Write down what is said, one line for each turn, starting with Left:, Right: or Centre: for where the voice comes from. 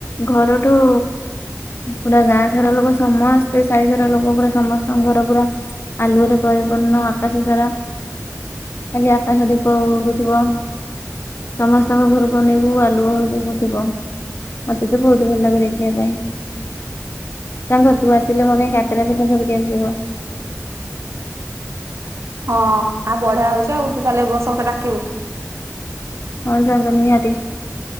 Left: ଘରଠୁ ପୁରା ଗାଁ ସାରା ଲୋକ ସମସ୍ତେ ସାହି ସାରା ଲୋକ ପୁରା ସମସ୍ତଙ୍କ ଘର ପୁରା ଆଲୁଅରେ ପରିପୂର୍ଣ୍ଣ ଆକାଶ ସାରା ଖାଲି ଆକାଶ ଦିପ ଉଡୁଥିବ। ସମସ୍ତଙ୍କ ଘରକୁ ଅନେଇବୁ ଆଲୁଅ <unintelligible> ମତେ ତ ବହୁତ ଭଲ ଲାଗେ ଦେଖିବା ପାଇଁ। ସାଙ୍ଗ ତୁ ଆସିଲେ ମୋ ପାଇଁ କାକେରା ପିଠା ଧରିକି ଆସିବୁ।
Right: ହଁ ଆ ବଢିଆ ହଉଚି ଆଉ ତୁ ତାଏଲେ ବର୍ଷ ମତେ ଡାକିବୁ।
Left: ହଁ ସାଙ୍ଗ ନିହାତି।